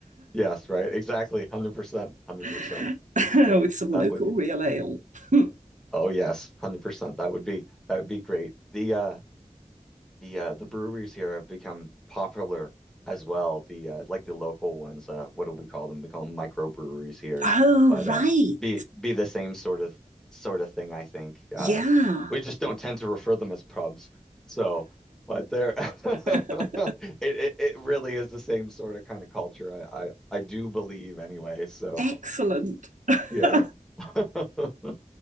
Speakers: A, in the centre; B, on the right.
A: Yes, right. Exactly. 100%. 100%.
B: <laughs>
A: No,
B: with some
A: that
B: local
A: would
B: real ale. <laughs>
A: Oh yes, 100%. That would be that would be great. The uh the uh, the breweries here have become popular as well. The uh, like the local ones. Uh, what do we call them? We call them microbreweries here,
B: Oh,
A: but
B: right.
A: uh, be be the same sort of sort of thing. I think uh,
B: Yeah.
A: we just don't tend to refer them as pubs. So, but they're <laughs> it,
B: <laughs>
A: it it really is the same sort of kind of culture. I I, I do believe anyway. So
B: Excellent. <laughs>
A: yeah. <laughs>